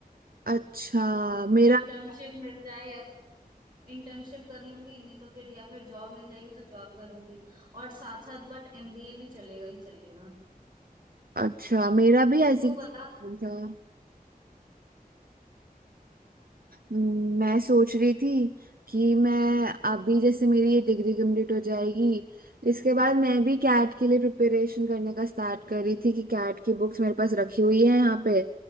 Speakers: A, on the right; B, on the right.
A: अच्छा मेरा
B: इंटर्नशिप मिल जाए या तो इंटर्नशिप कर लूंगी नहीं तो फिर या फिर जॉब मिल जाएगी तो जॉब करूंगी और साथ साथ बट एमबीए भी चलेगा ही चलेगा
A: अच्छा मेरा भी ऐसी
B: तू
A: कुछ
B: बता
A: plan था हम्म, मैं सोच रही थी कि मैं अभी जैसे मेरी ये डिग्री कंप्लीट हो जाएगी इसके बाद मैं भी कैट के लिए प्रिपरेशन करने का स्टार्ट कर रही थी कि कैट की बुक्स मेरे पास रखी हुई है यहाँ पे